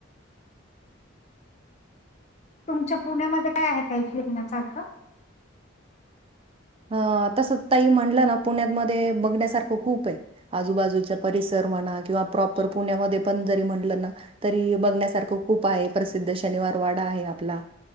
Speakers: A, on the left; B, on the right.
A: तुमच्या पुण्यामध्ये काय आहे इथ फिरण्यासारखं.
B: ह तसं तई म्हणलं ना पुण्यातमध्ये बघण्यासारखं खूप आहे आजूबाजूचा परिसर ना किंवा प्रॉपर पुण्यामध्ये पण जरी म्हणलं ना तरी बघण्यासारखं खूप आहे. प्रसिद्ध श शनिवार वाडा आहे आपला